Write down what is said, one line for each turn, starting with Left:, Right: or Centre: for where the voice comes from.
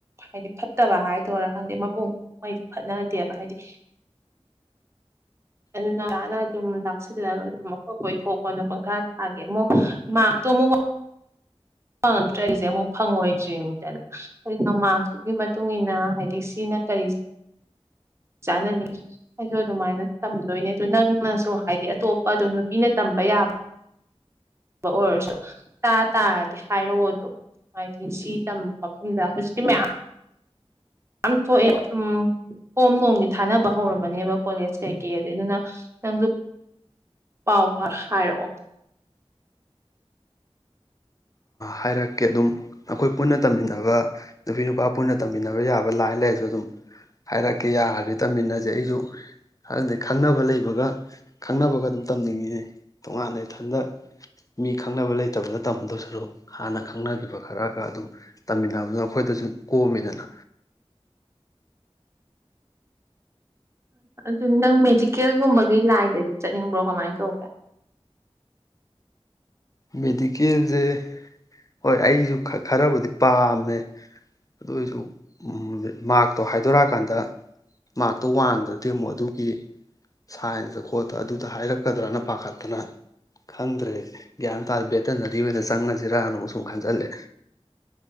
Right: ꯍꯥꯏꯗꯤ ꯐꯠꯇꯕ ꯍꯥꯏꯗꯣꯏꯔꯥ ꯈꯪꯗꯦ ꯃꯄꯨꯡꯉꯩꯗꯨ ꯐꯠꯅꯗꯦꯕ ꯍꯥꯏꯗꯤ ꯑꯗꯨꯅ ꯑꯣꯖꯥꯅ ꯑꯗꯨꯝ ꯂꯥꯛꯁꯤꯜꯂꯒ ꯑꯗꯨꯝ ꯑꯩꯈꯣꯏ ꯀꯣꯏꯊꯣꯛꯀꯅ ꯄꯪꯈꯥ ꯊꯥꯒꯦ ꯑꯃꯨꯛ ꯃꯥꯞꯇꯣ ꯑꯃꯨꯛ ꯐꯪꯉꯛꯇ꯭ꯔꯔꯤꯁꯦ ꯑꯃꯨꯛ ꯐꯪꯉꯣꯏꯗ꯭ꯔꯤꯅꯤꯗꯅ ꯑꯗꯨꯅ ꯃꯥꯛꯁꯇꯨꯒꯤ ꯃꯇꯨꯡ ꯏꯟꯅ ꯍꯥꯏꯗꯤ ꯁꯤꯅ ꯀꯔꯤ ꯆꯅꯅꯤ ꯍꯥꯏꯁꯨ ꯑꯗꯨꯃꯥꯏꯅ ꯇꯝꯗꯣꯏꯅꯦ ꯑꯗꯨꯣ ꯅꯪꯅꯁꯨ ꯍꯥꯏꯗꯤ ꯑꯇꯣꯞꯄ ꯑꯗꯨꯝ ꯅꯨꯄꯤꯅ ꯇꯝꯕ ꯌꯥꯕꯕ ꯑꯣꯏꯔꯁꯨ ꯇꯥ ꯇꯥꯔꯗꯤ ꯍꯥꯏꯔꯛꯑꯣ ꯑꯗꯨꯝ ꯍꯥꯏꯗꯤ ꯁꯤ ꯇꯝꯕ ꯃꯐꯝꯗ ꯍꯧꯖꯤꯛꯇꯤ ꯃꯌꯥꯝ ꯌꯥꯝ ꯊꯣꯛꯑꯦ ꯑꯗꯨꯝ ꯐꯣꯝ ꯅꯣꯡꯗꯤ ꯊꯥꯅꯕ ꯍꯧꯔꯕꯅꯦꯕ ꯀꯣꯂꯦꯖ ꯀꯩꯀꯩ ꯑ ꯑꯗꯨꯅ ꯅꯪꯁꯨ ꯄꯥꯎ ꯄꯥꯎ ꯍꯥꯏꯔꯛꯑꯣ꯫
Left: ꯍꯥꯏꯔꯛꯀꯦ ꯑꯗꯨꯝ ꯑꯩꯈꯣꯏ ꯄꯨꯟꯅ ꯇꯝꯃꯤꯟꯅꯕ ꯅꯨꯄꯤ ꯅꯨꯄꯥ ꯄꯨꯟꯅ ꯇꯝꯃꯤꯟꯅꯕ ꯌꯥꯕ ꯂꯥꯏꯟ ꯂꯩꯔꯁꯨ ꯑꯗꯨꯝ ꯍꯥꯏꯔꯛꯀꯦ ꯌꯥꯔꯗꯤ ꯇꯝꯃꯤꯟꯅꯁꯦ ꯑꯩꯁꯨ ꯍꯪꯗꯩ ꯈꯪꯅꯕ ꯂꯩꯕꯒ ꯈꯪꯅꯕꯒ ꯑꯗꯨꯝ ꯇꯝꯅꯤꯡꯉꯤꯅꯤ ꯇꯣꯉꯥꯟꯅ ꯏꯊꯟꯇ ꯃꯤ ꯈꯪꯅꯕ ꯂꯩꯇꯕꯗ ꯇꯝꯗꯧꯁꯨ ꯍꯥꯟꯅ ꯈꯪꯅꯈꯤꯕ ꯈꯔꯒ ꯑꯗꯨꯝ ꯇꯝꯃꯤꯟꯅꯕꯗꯨꯅ ꯑꯩꯈꯣꯏꯗꯁꯨ ꯀꯣꯝꯃꯤꯗꯅ꯫
Right: ꯑꯗꯨ ꯅꯪ ꯃꯦꯗꯤꯀꯦꯜꯒꯨꯝꯕꯒꯤ ꯂꯥꯏꯟꯗꯗꯤ ꯆꯠꯅꯤꯡꯕ꯭ꯔꯣ ꯀꯃꯥꯏꯅ ꯇꯧꯒꯦ?
Left: ꯃꯦꯗꯤꯀꯦꯜꯁꯦ ꯍꯣꯏ ꯑꯩꯁꯨ ꯈꯔꯕꯨꯗꯤ ꯄꯥꯝꯃꯦ ꯑꯗꯨ ꯑꯣꯏꯁꯨ ꯃꯥꯔꯛꯇꯣ ꯍꯥꯏꯗꯣꯔꯛꯑꯀꯥꯟꯗ ꯃꯥꯔꯛꯇꯣ ꯋꯥꯡꯗ꯭ꯔꯗꯤ ꯑꯃꯨꯛ ꯑꯗꯨꯒꯤ ꯁꯥꯏꯟꯁꯇ ꯈꯣꯠꯇ ꯑꯗꯨꯗ ꯍꯥꯏꯔꯛꯀꯗ꯭ꯔꯅ ꯄꯥꯈꯠꯇꯅ ꯈꯪꯗ꯭ꯔꯦꯁꯦ꯫ ꯒ꯭ꯌꯥꯟ ꯇꯥꯗꯔ꯭ꯦ ꯕꯦꯇꯅꯔꯤ ꯑꯣꯏꯅ ꯆꯪꯅꯁꯤꯔꯥꯅꯨ ꯁꯨꯝ ꯈꯟꯖꯤꯜꯂꯦ꯫